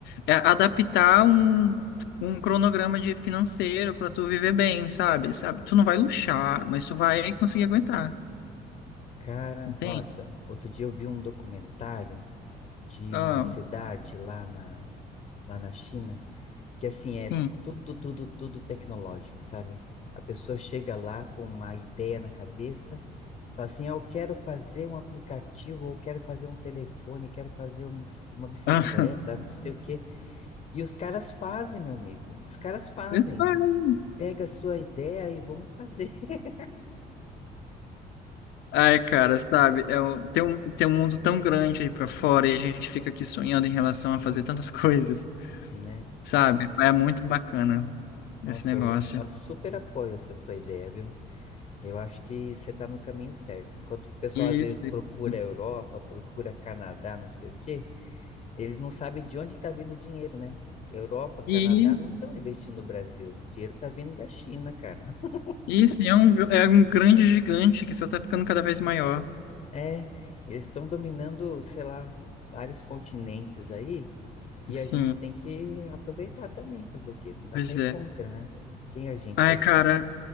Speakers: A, on the left (about 80°); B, on the left (about 40°).
A: é adaptar um, um cronograma de financeiro para tu viver bem, sabe? Sabe? Tu não vai luxar, mas tu vai conseguir aguentar,
B: Cara,
A: entende?
B: nossa, outro dia eu vi um documentário de
A: Ah,
B: uma cidade lá na, lá na China, que assim
A: sim.
B: é tudo, tudo, tudo tecnológico, sabe? A pessoa chega lá com uma ideia na cabeça, fala assim, ah, eu quero fazer um aplicativo, ou quero fazer um telefone, quero fazer um s- uma bicicleta,
A: Ah,
B: não sei o quê. E os caras fazem, meu amigo. Os caras fazem.
A: <laughs>
B: E pega a sua ideia e vamos fazer, <laughs>
A: Ai, cara, sabe? É um- tem um, tem um mundo tão grande aí pra fora e a gente fica aqui sonhando em relação a fazer tantas <laughs> coisas,
B: né?
A: sabe? É muito bacana
B: Nossa,
A: esse negócio.
B: eu, eu super apoio essa tua ideia, viu? Eu acho que você está no caminho certo. Enquanto o pessoal
A: Isso,
B: às vezes procura
A: isso.
B: Europa, procura Canadá, não sei o quê, eles não sabem de onde está vindo o dinheiro, né? Europa, Canadá
A: E
B: não estão investindo no Brasil. O dinheiro está vindo da China, cara. <laughs>
A: isso, e é um, é um grande gigante que só tá ficando cada vez maior.
B: É, eles estão dominando, sei lá, vários continentes aí, e
A: Sim,
B: a gente tem que aproveitar também, fazer o quê? Não dá
A: pois
B: para ir
A: é.
B: contra, né? Quem a gente
A: Ai,
B: vai
A: cara.
B: ir contra?